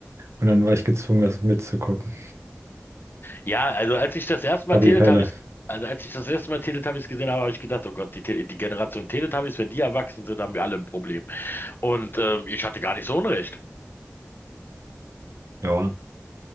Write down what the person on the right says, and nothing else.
Und dann war ich gezwungen, das mitzugucken.
War
die Hölle.
Ja.